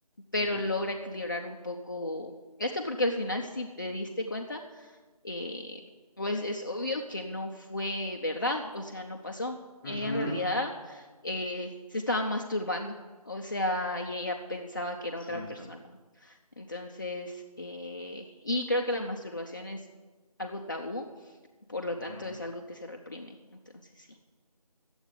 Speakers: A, on the left (about 30°); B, in the centre.
A: pero
B: Ujú,
A: logra equilibrar un poco esto porque al final, si te diste cuenta, eh, pues es obvio que no fue verdad, o sea, no pasó.
B: ujú,
A: Ella en realidad eh, se estaba masturbando, o sea, y ella pensaba que era
B: Cierto.
A: otra persona. Entonces, eh, y creo que la masturbación es algo tabú, por lo
B: ujú.
A: tanto es algo que se reprime. Entonces, sí.